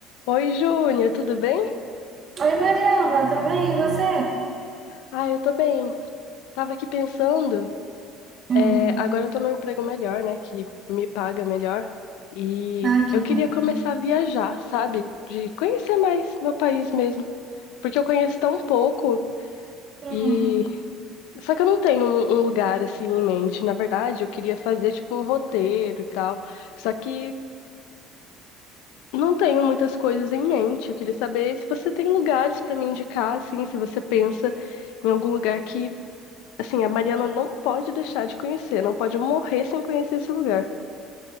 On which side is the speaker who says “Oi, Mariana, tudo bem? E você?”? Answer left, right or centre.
Right